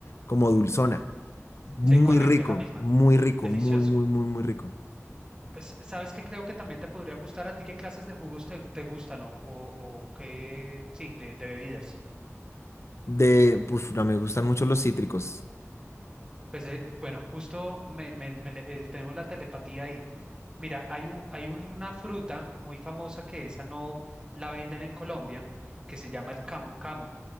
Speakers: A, on the left; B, on the right.
A: como dulzona. Muy
B: Sí, correcto,
A: rico,
B: es la misma.
A: muy rico,
B: Delicioso.
A: muy, muy, muy, muy rico.
B: Pues, ¿sabes qué? Creo que también te podría gustar a ti. ¿Qué clases de jugos te, te gustan o, o, o qué? Sí, de, de bebidas.
A: De, pues, no, me gustan mucho los cítricos.
B: Pues eh, bueno, justo me, me- me le- eh, tenemos la telepatía ahí. Mira, hay un, hay una fruta muy famosa que esa no la venden en Colombia, que se llama el camu camu.